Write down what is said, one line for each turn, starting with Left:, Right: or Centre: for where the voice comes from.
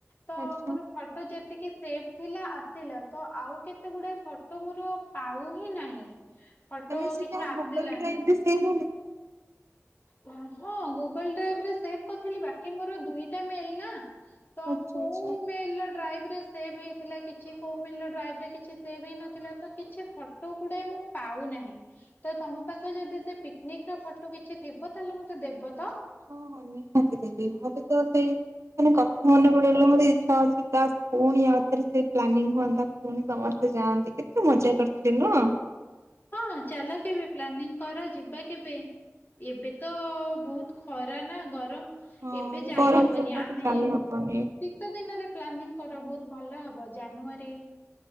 Left: ତ
Right: ଆଚ୍ଛା
Left: ମୋର ଫଟୋ ଯେତ ଟକେ ସେଭ ଥିଲା ଆସିଲା ତ ଆଉ କେତେ ଗୁଡଏ ଫଟୋ ମୋର ପାଉ ହି ନାହିଁ। ଫଟୋ
Right: ତମେ
Left: ଆଉ
Right: ସେଟା
Left: କିଛି। ଆସିଲାନି।
Right: ଗୁଗଲ ଡ୍ରାଇଭ୍ ରେ ସେ <inaudible>
Left: ହଁ ଗୁଗଲ ଡ୍ରାଇଭରେ ସେଭ କରିଥିଲି ବାକି ମୋର ଦୁଇଟା ମେଲ ନା? ତ
Right: ଆଚ୍ଛା
Left: କୋଉ
Right: ଆଚ୍ଛା
Left: ମେ ଡ୍ରାଇଭ ହେଇଥିଲା କିୋ କି ସେ ହେଇ ନଥିଲା ତ କିଛି ଫଟୋ ଗୁଡା ମୁଁ ପାଉନାହିଁ ତ ତମ ପାଖ ଯଦି ପିକନିକ ର ଫଟୋ କିଛି ଥ! ଦେବ ତାହେଲେ ମ ତେ ଦେବ ତ
Right: ହଁ ନିହାତି ଦେବି ମତେ ତ ସେଇ ମାନେ କଥା ମନେ ପଡେଇ ମତେ ଇଚଛା ଅଛି ପୁଣି ଆଉଥରେ ସେ ପ୍ଲାନିଂ ହୁଅନ୍ତା ପୁଣି ସମସ୍ତେ ଯାଆନ୍ତି କେତେ ମଜା କରିଥିଲେ ନ?
Left: ହଁ ଚାଲ କେବେ ପ୍ଲାନିଂ କର ଯିବା କେବେ ଏବେ ତ ବହୁତ ଖରା ନା ଗରମ?
Right: ହଁ
Left: ଏବେ
Right: ଏ
Left: ଯାଇ
Right: ଗରମ
Left: ହେବନି
Right: ସକାଶେ
Left: ଆମେ
Right: ଯାଇ
Left: ଶୀତ
Right: ହବନି
Left: ଦିନରେ ପ୍ଲାନିଂ କର ବତ ଭଲ ହବ ଜାନୁଆରୀ